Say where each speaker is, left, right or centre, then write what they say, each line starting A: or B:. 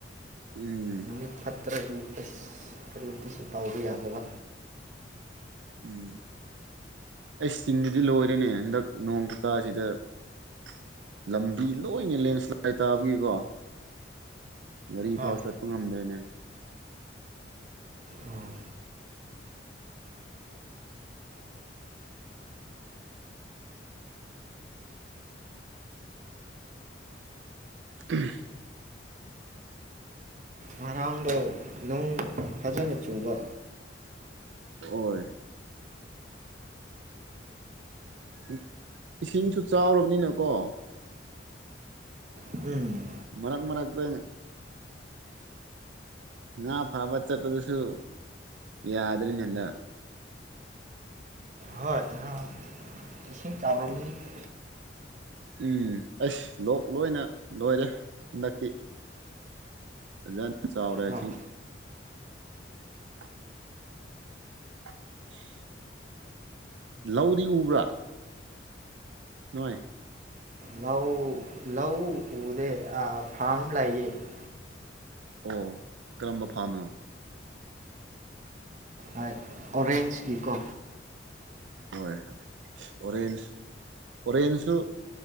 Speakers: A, on the right (about 75°); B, on the right (about 40°).
A: ꯎꯝ
B: ꯅꯨꯃꯤꯠ ꯐꯠꯇ꯭ꯔꯗꯤ ꯑꯦꯁ ꯀꯔꯤꯝꯇꯁꯨ ꯇꯧꯕ ꯌꯥꯗꯕ
A: ꯎꯝ ꯑꯩꯆ ꯆꯤꯡꯗꯗꯤ ꯂꯣꯏꯔꯦꯅꯦ ꯍꯟꯗꯛ ꯅꯣꯡ ꯈꯨꯇꯥꯖꯤꯗ <unintelligible> ꯂꯝꯕꯤ ꯂꯣꯏꯅꯦ ꯂꯦꯟꯁ꯭ꯂꯥꯏꯠ ꯇꯥꯕꯒꯤꯀꯣ <inaudible> ꯒꯥꯔꯤ
B: ꯍꯣꯏ
A: ꯐꯥꯎ ꯆꯠꯄ ꯉꯝꯗ꯭ꯔꯦꯅꯦ
B: ꯎꯝ.
A: <unintelligible> ꯎꯝ
B: ꯉꯔꯥꯡꯗꯣ <unintelligible> ꯅꯣꯡ ꯐꯖꯅ ꯆꯨꯕ
A: <unintelligible> ꯑꯣꯏ <unintelligible> ꯏꯁꯤꯡꯁꯨ ꯆꯥꯎꯔꯕꯅꯤꯅꯀꯣ
B: <unintelligible> ꯎꯝ <inaudible>
A: ꯃꯔꯛ ꯃꯔꯛꯇ <inaudible> ꯉꯥ ꯐꯥꯕ ꯆꯠꯄꯗꯨꯁꯨ <inaudible> ꯌꯥꯗ꯭ꯔꯦꯅꯦ ꯍꯟꯗꯛ
B: ꯍꯣꯏ <unintelligible> ꯅ <unintelligible> ꯏꯁꯤꯡ ꯆꯥꯎꯔꯝꯒꯅꯤ <unintelligible>
A: ꯎꯝ ꯑꯩꯁ ꯂꯣꯛ ꯂꯣꯏꯅ <inaudible> ꯂꯣꯏꯔꯦ <inaudible> ꯍꯟꯗꯛꯇꯤ ꯐꯖꯅ ꯆꯥꯎꯔꯦ
B: ꯍꯣꯏ
A: ꯏꯁꯤ <unintelligible> <unintelligible> ꯑ <inaudible> <unintelligible> ꯎꯁ <inaudible> ꯂꯧꯔꯤ ꯎꯕ꯭ꯔꯥ ꯅꯣꯏ
B: ꯉꯎ <unintelligible> ꯂꯧ ꯎꯗꯦ ꯑ ꯐꯥꯝ ꯂꯩꯌꯦ <unintelligible>
A: ꯑꯣ <inaudible> ꯀꯔꯝꯕ ꯐꯥꯝꯅꯣ
B: ꯍꯥꯏ <unintelligible> ꯑꯣꯔꯦꯟꯖꯒꯤ ꯀꯣ
A: ꯍꯣꯏ ꯑꯣꯔꯦꯟꯖ ꯑꯣꯔꯦꯟꯖꯁꯨ